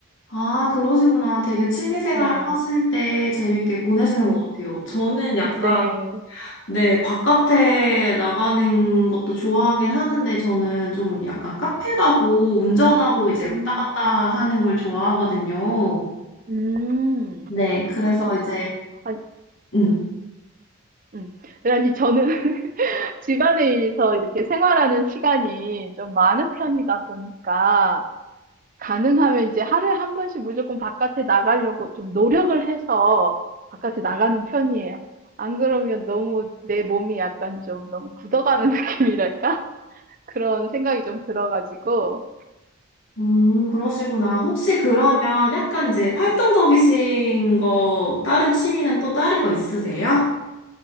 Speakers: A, on the left; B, on the right.
A: 아, 그러시구나. 되게 취미 생활
B: 네,
A: 하실 때 재밌게 보내시는
B: 네,
A: 것 같아요. 저는 약간,
B: 네.
A: 네, 바깥에 나가는 것도 좋아하긴 하는데, 저는 좀 약간 카페 가고 운전하고 이제
B: 음,
A: 왔다 갔다 하는 걸 좋아하거든요.
B: 음.
A: 네, 그래서
B: 그러시구나.
A: 이제,
B: 아,
A: 음.
B: 음. 네, 아니, 저는 <laughs> 집안에서 이렇게 생활하는 시간이 좀 많은 편이다 보니까, 가능하면 이제 하루에 한 번씩 무조건 바깥에 나가려고 좀 노력을 해서 바깥에 나가는 편이에요. 안 그러면 너무 내 몸이 약간 좀 너무 굳어가는 <laughs> 느낌이랄까? 그런 생각이 좀 들어가지고,
A: 음, 그러시구나. 혹시 그러면 약간 이제 활동적이신 거, 다른 취미는 또 다른 거 있으세요?